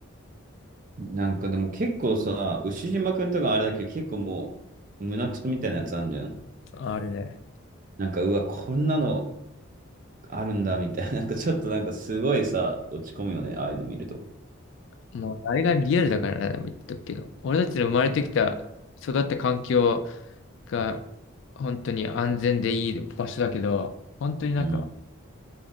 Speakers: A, on the right; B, on the left.
A: なんかでも結構さ、牛島くんとかあれだけど、結構もう、胸クソみたいなやつあんじゃん。
B: あるね。
A: なんか、うわ、こんなのあるんだ、みたいな。<laughs> なんかちょっとなんかすごいさ、落ち込むよね、ああいうの見ると。
B: もうあれがリアルだからな、でも言っとくけど。俺たちの生まれてきた、育った環境が本当に安全でいい場所だけど、本当になんか
A: うん。